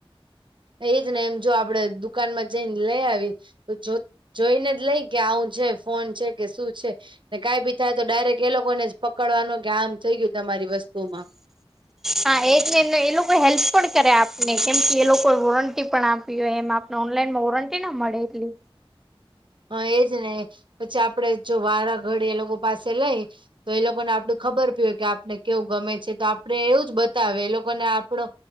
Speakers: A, on the right (about 55°); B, in the centre.
A: એજ ને એમ જો આપડે દુકાનમાં જઈને લઈ આવી તો જો જોઈને જ લઈ કે આવું છે, ફોન છે, કે શું છે? ને કઈ ભી થાય તો ડાયરેક્ટ એ લોકો ને જ પકડવાનું કે આમ થઈ ગયું તમારી વસ્તુ માં.
B: હા એ એ લોકો હેલ્પ પણ કરે આપને કેમ કે એ લોકો વોરંટી પણ આપી હોય એમ ઓનલાઈન વરંન્ટટી નામ મળેરલી.
A: હ એજ ને પછી આપડે જો વારા ઘડી એ લોકો પાસે લઈ. તો એ લોકોને આપડ ખબર પી હોય કે આપને કેવું ગમે છે તો આપણે એવું જ બતાવે એ લોકોને આપણો.